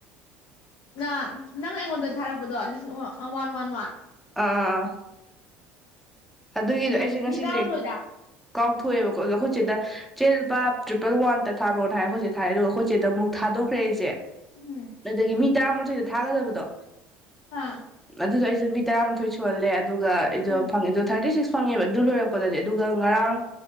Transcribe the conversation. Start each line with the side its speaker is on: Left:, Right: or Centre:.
Left: ꯅ ꯅꯪ ꯑꯩꯉꯣꯟꯗ ꯊꯥꯔꯛꯄꯗꯣ ꯂꯤꯁꯤꯡ ꯋꯥꯟ ꯋꯥꯟ ꯋꯥꯟ
Centre: ꯑꯥ ꯑꯗꯨꯒꯤꯗꯣ ꯑꯩꯁꯦ ꯉꯁꯤꯁꯦ
Left: ꯃꯤ ꯇꯔꯥꯃꯥꯊꯣꯏꯗ
Centre: ꯀꯥꯎꯊꯣꯛꯑꯦꯕ ꯑꯩꯈꯣꯏ ꯆꯦꯗ ꯆꯦꯂꯨꯄꯥ ꯇ꯭ꯔꯤꯄꯜ ꯋꯥꯟꯗ ꯊꯥꯔꯣꯅ ꯍꯥꯏꯔ ꯑꯩꯈꯣꯏꯁꯦ ꯊꯥꯔꯦ ꯑꯗꯨꯒ ꯑꯩꯈꯣꯏꯆꯁꯤꯗꯨꯛ ꯊꯥꯣꯛꯈ꯭ꯔꯦ ꯑꯩꯁꯦ
Left: ꯎꯝ
Centre: ꯑꯗꯒꯤ ꯃꯤ ꯇꯔꯥꯃ ꯊꯥꯒꯗꯕꯗꯣ
Left: ꯑꯥ
Centre: ꯑꯗꯨ ꯇꯁꯤ ꯇꯔꯥ ꯃꯥꯊꯣꯏ ꯁꯨꯍꯜꯂꯦ ꯑꯗꯨꯒ ꯑꯩꯗꯣ
Left: ꯎꯝ
Centre: ꯐꯪꯉꯦꯗ ꯊꯥꯔꯇꯤ ꯁꯤꯛꯁ ꯐꯪꯉꯦꯕ ꯑꯗꯨ ꯂꯣꯏꯔꯛꯄꯗꯗꯤ ꯑꯗꯨꯒ ꯉꯔꯥꯡ